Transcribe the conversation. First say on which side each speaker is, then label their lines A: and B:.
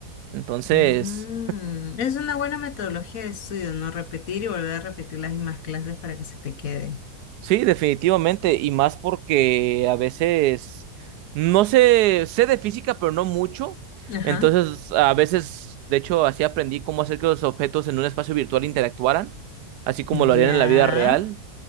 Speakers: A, on the right (about 85°); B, on the left (about 60°).
A: Entonces,
B: Mm, Es una buena metodología de estudio, ¿no? Repetir y volver a repetir las mismas clases para que se te quede.
A: sí, definitivamente, y más porque a veces no sé, sé de física, pero no mucho.
B: Ajá.
A: Entonces, a veces, de hecho, así aprendí cómo hacer que los objetos en un espacio virtual interactuaran, así como lo
B: Ya,
A: harían en la vida real,